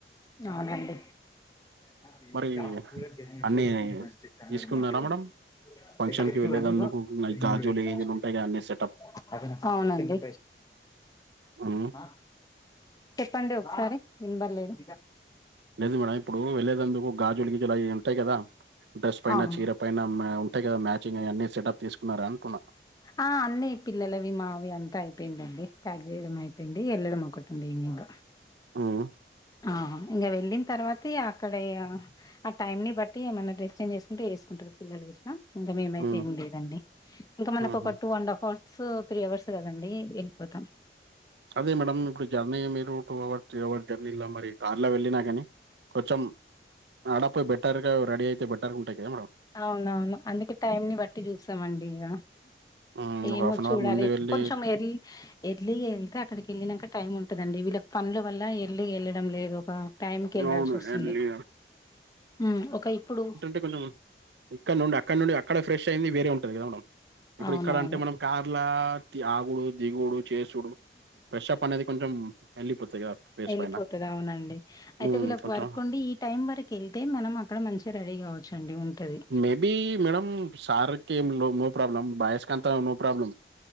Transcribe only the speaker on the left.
అవునండి. <unintelligible>
అవునండి.
ఆ చెప్పండి ఒకసారి వినపడలేదు
అవును
ఆ అన్నీ పిల్లలవి, మావి అంతయిపేయిన్దండి ప్యాక్ జేయడం అయిపేన్ది ఏళ్లడం ఒకటున్ది ఇన్గిన్క్క.
ఆ ఆ ఇంగ వెళ్ళిన్ తర్వాతిగ అక్కడే ఇగ ఆ టైమ్ని బట్టి ఏమన్నా డ్రెస్ చేంజ్ చేస్కుంటే ఏస్కుంటార్రు, పిల్లలు గిట్లా ఉన్గ్ మేమైతే
ఏం లేదండి. ఇంకా మనకోక
two and half hours, three hours కదండి ఏల్పోతాం.
అవునవును అన్దుకే టైంని బట్టి జూసామండి ఇగ
ఏమో
చూడలే.
కొన్చం ఎర్లి ఇడ్లీ ఎన్త అక్కడికేల్లినమ్క టైమ్ ఉంటదండి, వీళ్లక్ పన్ల వల్ల ఎర్లీగేల్లడం లేదు ఒక. టైంకేళ్లాల్సోస్సున్ది
మ్మ్ ఒక ఇప్పుడు
అవునవును.
ఎళ్ళిపోతది
అవునండి
ఐతే వీళ్ళకి
వర్కుండి ఈ టైమ్ వరకేల్తే మనం అక్కడ మంచిగా రడీ గావచండి ఉంటాది.